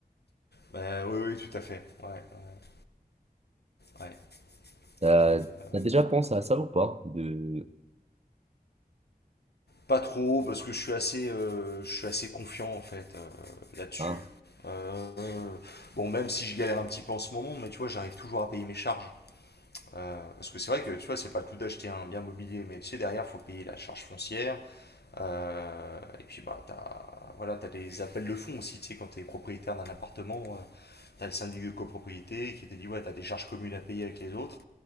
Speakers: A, on the left; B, on the right.
A: Bah, oui, oui, tout à fait. Ouais, ouais, ouais.
B: T'as,
A: Et, euh,
B: t'as déjà pensé à ça ou pas? De...
A: pas trop, parce que je suis assez, euh, je suis assez confiant, en fait, euh, là-dessus.
B: Ah,
A: Euh, bon, même si je galère un petit peu en ce moment, mais tu vois, j'arrive toujours à payer mes charges. Euh, parce que c'est vrai que, tu vois, c'est pas le tout d'acheter un bien mobilier, mais tu sais, derrière, faut payer la charge foncière, Euh, et puis, bah, t'as, voilà, t'as des appels de fonds aussi, tu sais, quand t'es propriétaire d'un appartement, euh, t'as le syndic de copropriété qui te dit, ouais, t'as des charges communes à payer avec les autres.